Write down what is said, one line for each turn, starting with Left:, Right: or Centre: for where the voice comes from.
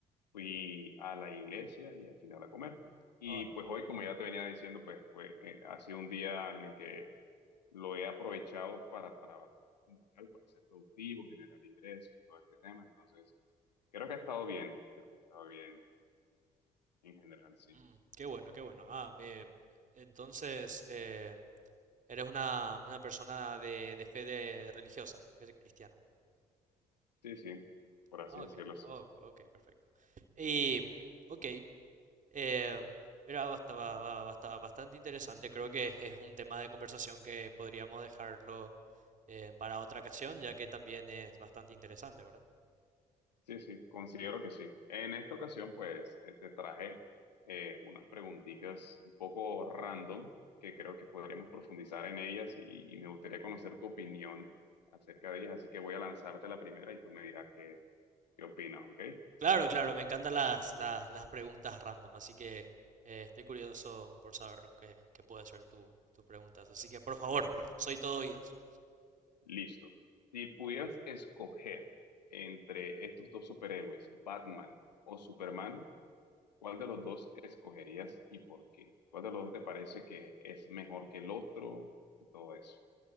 Left: fui a la iglesia y al final a comer. Y
Right: Ah,
Left: pues hoy, como ya te venía diciendo, pues fue, eh, ha sido un día en el que lo he aprovechado para trabajar, como tal, para ser productivo, generar ingresos, todo este tema. Entonces, creo que ha estado bien, creo que ha estado bien en general, sí.
Right: mm, qué bueno, qué bueno. Ah, me- entonces eh, eres una, una persona de, de fe de- religiosa, fe cristiana.
Left: Sí, sí, por así
Right: Ah,
Left: decirlo,
Right: Ok,
Left: sí.
Right: ok, ok, perfecto. Y, ok, em, mira, basta- ba- ba- basta- bastante interesante. Creo que es, es un tema de conversación que podríamos dejarlo eh, para otra ocasión, ya que también es bastante interesante, ¿verdad?
Left: Sí, sí, considero que sí. En esta ocasión, pues, eh, te traje eh, unas preguntitas un poco random que creo que podremos profundizar en ellas y, y me gustaría conocer tu opinión acerca de ellas. Así que voy a lanzarte la primera y tú me dirás qué, qué opinas, ¿ok?
Right: Claro, claro, me encantan las, las, las preguntas random, así que eh, estoy curioso por saber qué, qué puede ser tu, tus preguntas. Así que, por favor, soy todo oídos.
Left: Listo. Si pudieras escoger entre estos dos superhéroes, Batman o Superman, ¿cuál de los dos escogerías y por qué? ¿Cuál de los dos te parece que es mejor que el otro y todo eso?